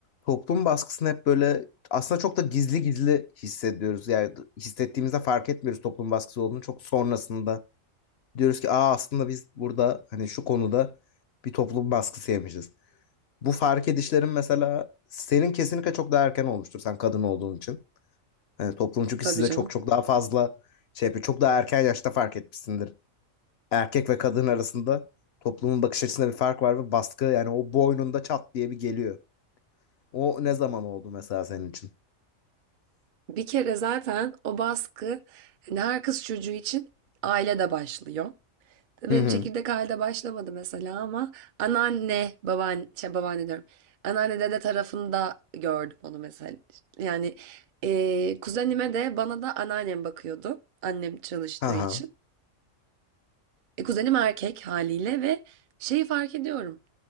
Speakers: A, on the left (about 60°); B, on the right (about 60°).
A: Toplum baskısını hep böyle aslında çok da gizli gizli hissediyoruz. Yani hissettiğimizde fark etmiyoruz toplum baskısı olduğunu. Çok sonrasında diyoruz ki aa aslında biz burada hani şu konuda bir toplum baskısı yemişiz. Bu fark edişlerin mesela senin kesinlikle çok daha erken olmuştur sen kadın olduğun için. Yani toplum çünkü
B: Tabii
A: size
B: canım.
A: çok çok daha fazla şey yapıyor. Çok daha erken yaşta fark etmişsindir. Erkek ve kadın arasında toplumun bakış açısında bir fark var ve baskı yani o boynunda çat diye bir geliyor. O ne zaman oldu mesela senin için?
B: Bir kere zaten o baskı hani her kız çocuğu için ailede başlıyor. Benim
A: Hı hı.
B: çekirdek ailede başlamadı mesela ama anneanne, babaanne, şey babaanne diyorum. Anneanne dede tarafında gördüm onu mesela. Yani eee kuzenime de bana da anneannem bakıyordu. Annem çalıştığı
A: Ha
B: için.
A: ha.
B: E, kuzenim erkek haliyle ve şeyi fark ediyorum.